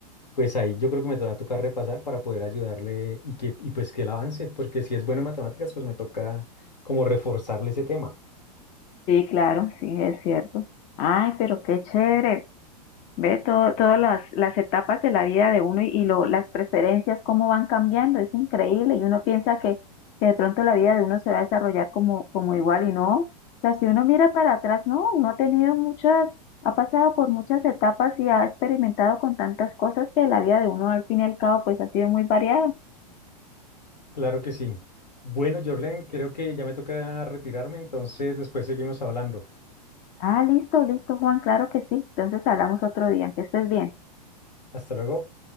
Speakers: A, on the left (about 85°); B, on the left (about 35°).
A: pues ahí yo creo que me va a tocar repasar para poder ayudarle y que y pues que él avance, porque si es bueno en matemáticas, pues me toca como reforzarle ese tema.
B: Sí, claro, sí, es cierto. Ay, pero qué chévere. Ve todo, todas las, las etapas de la vida de uno y, y lo, las preferencias, cómo van cambiando. Es increíble. Y uno piensa que, que de pronto la vida de uno se va a desarrollar como, como igual y no. O sea, si uno mira para atrás, no, uno ha tenido muchas, ha pasado por muchas etapas y ha experimentado con tantas cosas que la vida de uno al fin y al cabo pues ha sido muy variada.
A: Claro que sí. Bueno, Jorlen, creo que ya me toca retirarme, entonces después seguimos hablando.
B: Ah, listo, listo, Juan, claro que sí. Entonces hablamos otro día. Que estés bien.
A: Hasta luego.